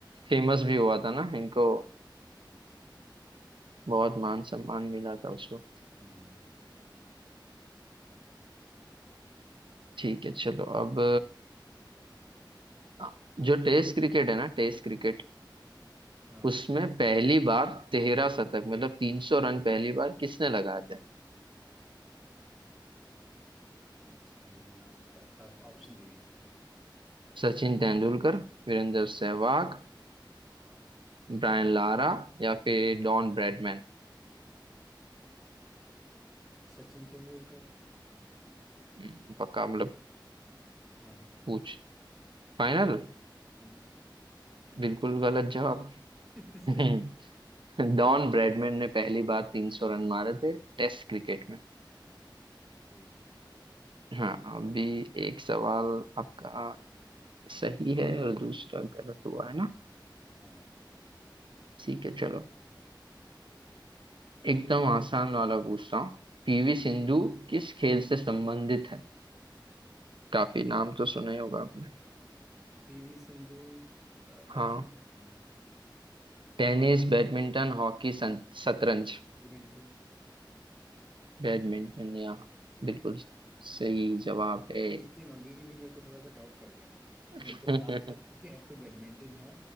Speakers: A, on the right; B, in the centre.
A: फेमस भी हुआ था ना इनको बहुत मान सम्मान मिला था उस वक्त
B: हम्म
A: ठीक है चलो अब अ, जो टेस्ट क्रिकेट है ना टेस्ट क्रिकेट
B: हाँ
A: उसमें पहली बार तेरह शतक मतलब तीन सौ रन पहली बार किसने लगाए थे
B: अच्छा ये नाम बता आप ऑप्शन दे दीजिए फिर
A: सचिन तेंदुलकर वीरेंद्र सहवाग ब्रायन लारा या फिर डॉन ब्रैडमैन
B: सचिन तेंदुलकर
A: हम्म, पक्का मतलब
B: हाँ
A: पूछ फाइनल
B: अनिल
A: बिल्कुल गलत जवाब
B: <laughs>
A: <laughs> डॉन ब्रैडमैन ने पहली बार 300 रन मारे थे टेस्ट क्रिकेट में
B: ठीक है
A: हाँ अभी एक सवाल आपका सही है और दूसरा गलत हुआ है ना
B: हाँ
A: ठीक है चलो एकदम आसान वाला पूछता हूँ पीवी सिंधु किस खेल से संबंधित है काफी नाम तो सुना ही होगा आपने
B: पीवी संधू अ,
A: हाँ
B: ऑप्शन दीजिए
A: टेनिस बैडमिंटन हॉकी सं- शतरंज
B: बैडमिंटन
A: बैडमिंटन या बिल्कुल सही जवाब है
B: नहीं, इसलिए मांगी क्योंकि मेरे को थोड़ा सा डाउट पड़ गया था कि
A: <laughs>
B: मेरे को था कि <laughs> यार तो बैडमिंटन है